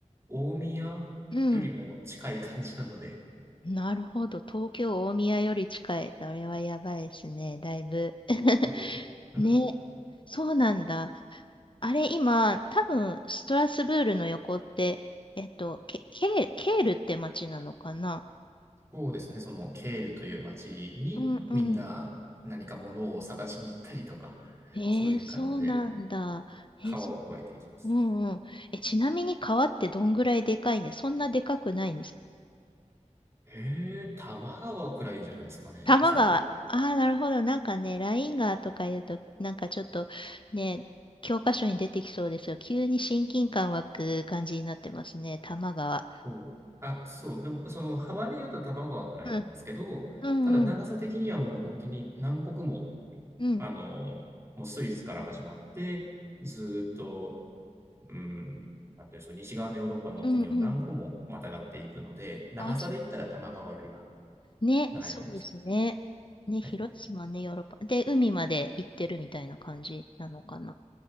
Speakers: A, on the right (about 20°); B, on the left (about 40°).
A: 大宮よりも近い感じなので、
B: うんなるほど。東京、大宮より近い。それはやばいですね。だいぶ。<laughs>
A: もう
B: ね、
A: <laughs>
B: そうなんだ。あれ、今、多分、ストラスブールの横って、えっと、ケ、ケーケールって町なのかな
A: そうですね、そのケールという町にみんな何か物を探しに行ったりとか、
B: うんうん。
A: <laughs>
B: えー、
A: そういう感じで
B: そうなんだ。えーそ、
A: 川を越えていきます。
B: うんうん。え、ちなみに川ってどんぐらいでかいんで、そんなでかくないんですか
A: へえ、多摩川くらいじゃないですかね、
B: 玉川ああ、
A: おそらく。
B: なるほど。なんかね、ラインガーとか言うと、なんかちょっとね、教科書に出てきそうですよ。急に親近感湧く感じになってますね、玉川。
A: そう。あ、そう、でもその幅で言うと多摩川くらいなんですけど、
B: うん、うん、
A: ただ長さ的にはもうほんとに何国も、
B: うん、うん、
A: あの、もうスイスから始まって、ずっと、うーん、なんていうんす西側のヨーロッパの国を何個もまたがっていくので、
B: うん、うん。
A: 長さで言ったら多摩川よりは
B: ああ、そっか。ね、
A: 長いかもです。
B: そうですね。ね、
A: はい、
B: 広島ね、ヨーロッパ。で、海まで行ってるみたいな感じなのかな。